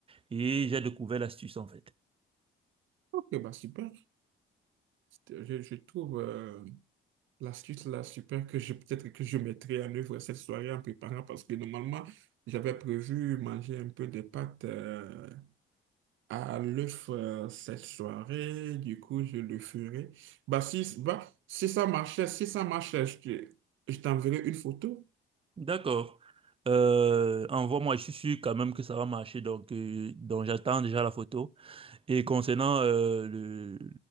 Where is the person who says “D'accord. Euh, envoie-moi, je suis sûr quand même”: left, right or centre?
Right